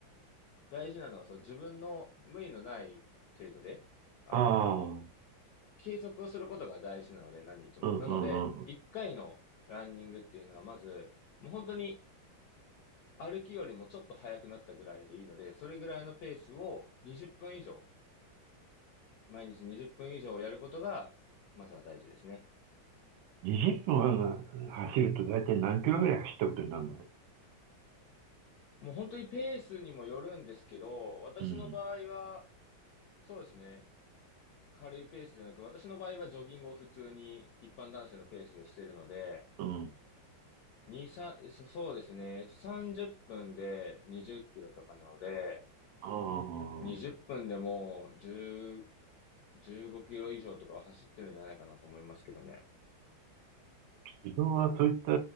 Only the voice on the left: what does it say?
大事なのはそう自分の無理のない程度で、あの
継続をすることが大事なので、何日も。
なので、1回のランニングっていうのは、まず、もう本当に歩きよりもちょっと速くなったぐらいでいいので、それぐらいのペースを20分以上、毎日20分以上やることが、まずは大事ですね。
もう本当にペースにもよるんですけど、私の場合は、
そうですね、軽いペースでなく、私の場合はジョギングを普通に一般男性のペースでしてるので、
2、3、そそうですね、30分で20キロとかなので、
20分でもじゅう10、15キロ以上とか走ってるんじゃないかなと思いますけどね。